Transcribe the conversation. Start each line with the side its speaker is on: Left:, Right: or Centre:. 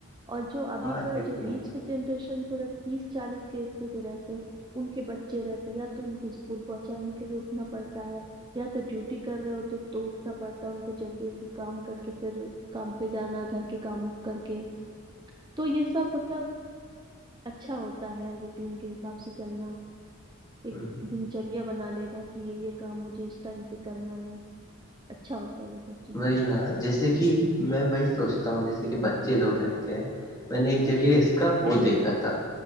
Right: اور جو ابھی
Left: ہاں
Right: کا
Left: یہ
Right: جو
Left: بھی
Right: بیچ
Left: ہے
Right: جنریشن جو رہ تیس چالیس کےز کے جو رہتے ہیں ان کے بچے رہتے یا تو ان کو اسکول پہنچانے کے لیے اٹھنا پڑتا ہے یا تو ڈیوٹی کر رہے ہوتے تو اٹھنا پڑتا ہے ان کو جلدی جلدی کام کر کہ پھر کام پہ جانا گھر کے کاموں کر کے تو یہ سب مطلب اچھا ہوتا ہے روٹین کے حساب سے چلنا ایک
Left: ہوں
Right: دنچریا بنا لینا کہ یہ یہ کام مجھے اس ٹائم پہ کرنا ہے اچھا ہوتا ہے یہ سب چیز
Left: مری نا جیسے کہ میں وہی سوچتا ہوں جیسے کہ بچے لوگ رہتے ہیں میں نے ایک جگہ اس کا وہ دیکھا تھا